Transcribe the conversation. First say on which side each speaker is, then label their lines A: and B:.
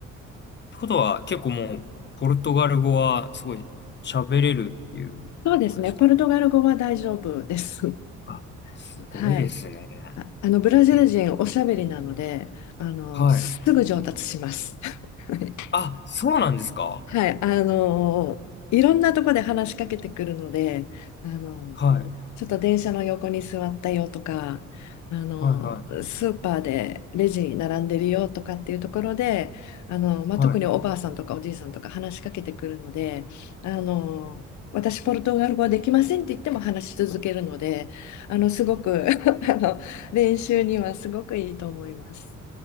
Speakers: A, on the left; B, on the left.
A: ことは、結構もう、ポルトガル語はすごい喋れるっていうことですか
B: そうですね。ポルトガル語は大丈夫です。
A: あ、すごいですね。
B: <laughs> はい。あ、あのブラジル人おしゃべりなので、
A: え、
B: あのすぐ上達します。
A: はい。
B: <laughs> はい
A: あ、そうなんですか
B: はい、あのいろんなとこで話しかけてくるので、あの
A: はい。
B: ちょっと電車の横に座ったよとか、あのスーパーでレジに並んでるよとかっていうところで、
A: はいはい。
B: あのまあ、
A: はい。
B: 特におばあさんとかおじいさんとか話しかけてくるので、あの私ポルトガル語できませんって言っても話し続けるので、あのすごく <laughs> あの練習にはすごくいいと思います。